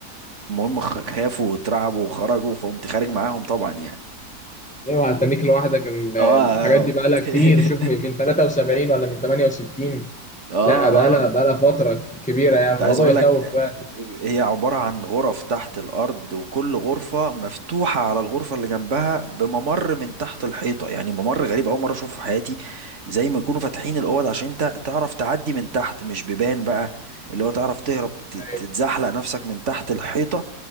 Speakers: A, on the right; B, in the centre.
A: المهم خ- خافوا واترعبوا وخرجوا فقمت خارج معاهم طبعا يعني
B: أيوه هتنيك لوحدك ال-
A: اه
B: الحاجات دي بقالها
A: <laughs>
B: كتير شوف من من 73 ولا من 68
A: اه
B: لا بقالها
A: اه
B: بقالها فترة ك- كبيرة يعني
A: ده
B: الموضوع
A: عايز اقول
B: يخوف
A: لك
B: فعلا
A: هي عبارة عن غرف تحت الارض وكل غرفة مفتوحة على الغرفة اللي جنبها بممر من تحت الحيطة يعني ممر غريب اول مرة اشوفه في حياتي زي ما يكونوا فاتحين الاوض عشان انت تعرف تعدي من تحت مش بيبان بقى اللي هو تعرف تهرب ت-
B: أيوه
A: تتزحلق نفسك من تحت الحيطة